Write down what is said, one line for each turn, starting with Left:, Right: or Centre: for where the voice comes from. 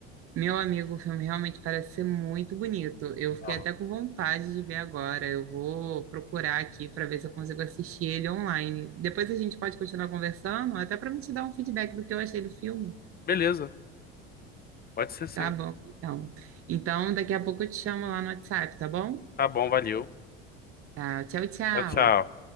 Right: meu amigo, o filme realmente parece ser muito bonito. Eu fiquei
Left: Ah,
Right: até com vontade de ver agora. Eu vou procurar aqui para ver se eu consigo assistir ele online. Depois a gente pode continuar conversando, até para me te dar um feedback do que eu achei do filme.
Left: beleza, pode ser sim.
Right: Tá bom, então. Então, daqui a pouco eu te chamo lá no WhatsApp, tá bom?
Left: Tá bom, valeu.
Right: Tá, tchau, tchau.
Left: Tchau, tchau.